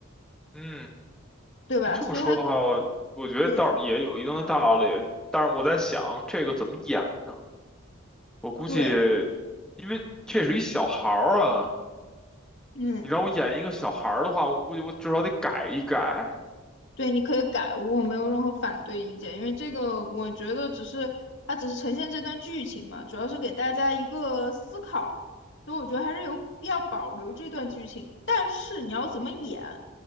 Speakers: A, in the centre; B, on the left.
A: 嗯，
B: 对吧？
A: 你这么说的话，
B: 所以他
A: 我我觉得倒是也有一定的道理，
B: 对
A: 但是我在想这个怎么演呢？我估计，
B: 对，
A: 因为这是一小孩儿啊，
B: 嗯。
A: 你让我演一个小孩儿的话，我估计我至少得改一改。
B: 对，你可以改，我没有任何反对意见，因为这个我觉得只是它只是呈现这段剧情嘛，主要是给大家一个思考，所以我觉得还是有必要保留这段剧情。但是你要怎么演，